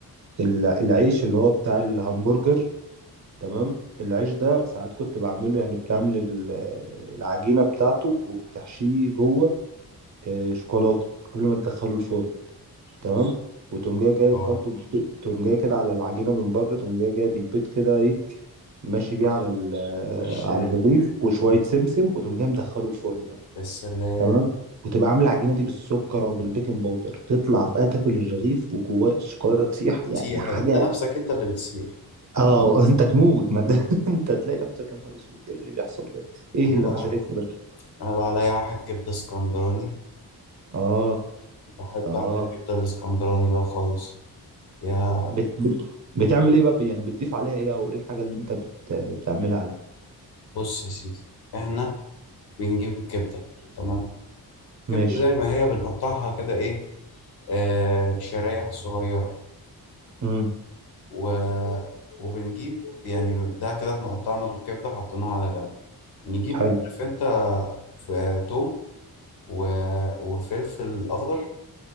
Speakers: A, on the right; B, on the left.
A: ال- العيش اللي هو بتاع الهمبرجر تمام العيش ده ساعات كنت بعمله يعني بتعمل ال- آه، العجينة بتاعته وبتحشيه جوه آه، شوكولاتة قبل ما تدخله الفرن تمام وتقوم جاي جايب
B: اوعى
A: برضه تقوم جاي كده على العجينة من بره تقوم جاي جايب البيض كده ايه ماشي بيه
B: تاخد
A: على ال-
B: وش
A: على الرغيف وشويه
B: مم.
A: سمسم وتقوم جاي مدخله الفرن بقى
B: يا سلام
A: تمام وتبقى عامله العجينه دي بالسكر او بالبيكنج باودر تطلع بقى تاكل الرغيف وجواه الشوكولاته تسيح يعني
B: تسيح
A: حاجه
B: انت نفسك انت اللي بتسيح
A: اه <laughs> انت تموت ما ده <laughs> انت تلاقي نفسك يا نهار اسود ايه اللي بيحصل ده ايه
B: انا
A: اللي
B: بقى
A: انا شايفه ده
B: انا بقى عليا واحد كبدة اسكندراني
A: اه
B: بحب
A: اه
B: اعمل الكبدة الاسكندراني بقى خالص يا
A: بت... بت... بتعمل ايه بقى يعني بتضيف عليها ايه او ايه الحاجه اللي انت بت... بتعملها عليه
B: بص يا سيدي احنا بنجيب الكبدة تمام الكبدة
A: ماشي
B: زي ما هي بنقطعها كده ايه آه، شرايح صغيرة
A: امم
B: و... وبنجيب يعني ده كده احنا قطعنا الكبدة حطيناها على جنب نجيب
A: حلو
B: بقى عارف انت ف- توم و... وفلفل أخضر